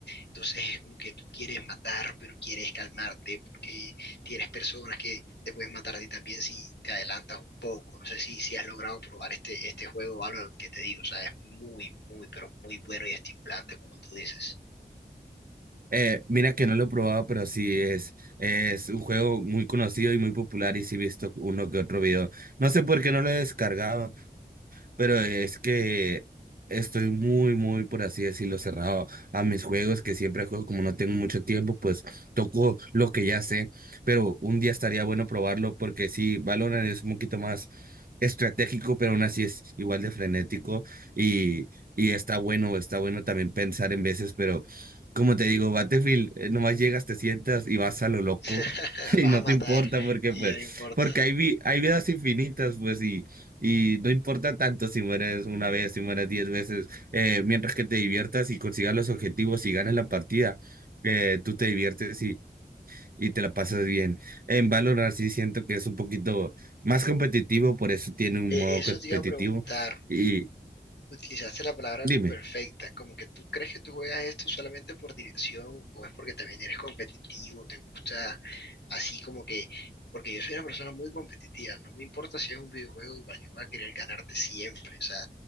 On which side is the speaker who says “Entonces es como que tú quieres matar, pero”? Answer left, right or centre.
Left